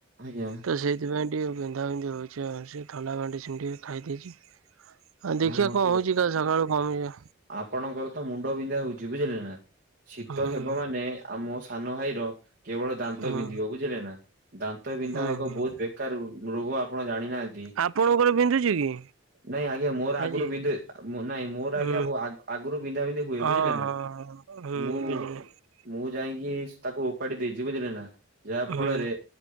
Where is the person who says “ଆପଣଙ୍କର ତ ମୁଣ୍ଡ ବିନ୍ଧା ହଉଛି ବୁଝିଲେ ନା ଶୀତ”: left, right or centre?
Right